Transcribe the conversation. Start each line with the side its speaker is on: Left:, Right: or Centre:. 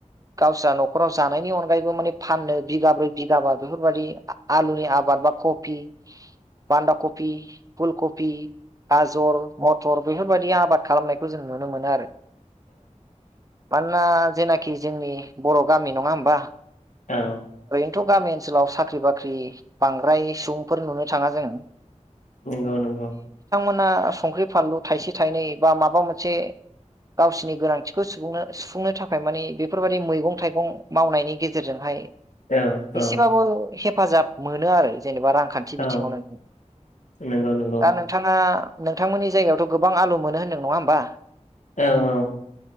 Right: गावस्रा न'खराव जानायनि अनगायैबो माने। फाननो बिगाब्रै बिगाबा। बेफोरबादि आ-आलुनि आबाद बा कफि बान्दा कफि। फुलकफि गाजर मथर बेफोरबायदि आबाद खालामनायखौ जों नुनो मोनो आरो। मानोना जेनेखि जोंनि बर' गामि नङा होमबा।
Left: औ।
Right: थ' गामि ओनसोलाव साख्रि बाख्रि बांद्राय सुबुंफोर नुनो थाङा जों।
Left: नोंगौ नोंगौ।
Right: ना संख्रि फानलु थाइसे थाइनै बा माबा मोनसे। गावसिनि गोनांथिखौनो सुबुंनो सुफुंनो थाखाय माने बेफोरबायदि मैगं थाइगं मावनायनि गेजेरजोंहाय।
Left: औ
Right: एसेबाबो
Left: औ
Right: हेफाजाब मोनो आरो जेनेबा रांखान्थि बिथिङावनों
Left: औ नंगौ नंगौ
Right: दा नोंथाङा। नोंथांमोननि जायगायावथ' गोबां आलु मोनो होन्दों नङा होमबा।
Left: औ औ।